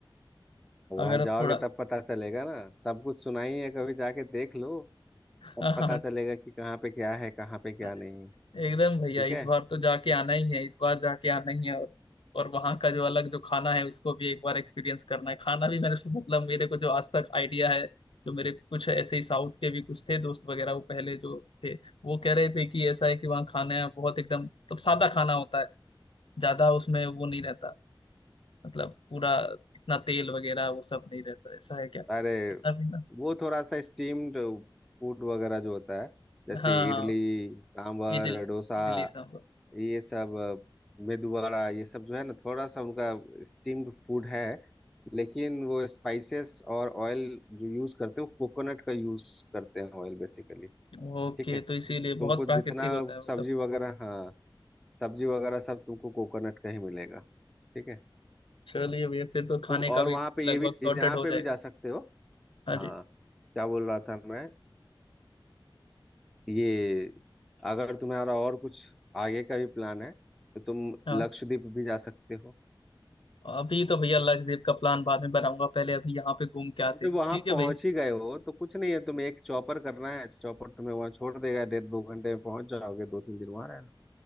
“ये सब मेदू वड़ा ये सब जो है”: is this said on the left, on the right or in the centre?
Centre